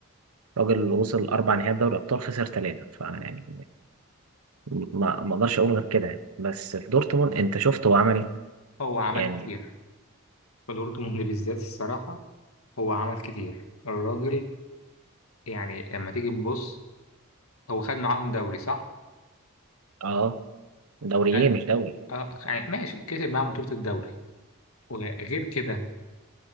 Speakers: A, on the right; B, on the left.
A: راجل وصل أربع نهائيات دوري أبطال خسر ثلاثة فيعني ما ما أقدرش أقول غير كده يعني بس في دورتموند أنت شفت هو عمل إيه
B: هو عمل
A: يعني
B: كتير في دورتموند بالذات الصراحة هو عمل كتير الراجل يعني لما تيجي تبص هو خد معاهم دوري صح؟
A: أه دوريين
B: خد
A: مش دوري
B: آه يعني ماشي كسب معاهم بطولة الدوري وغير كده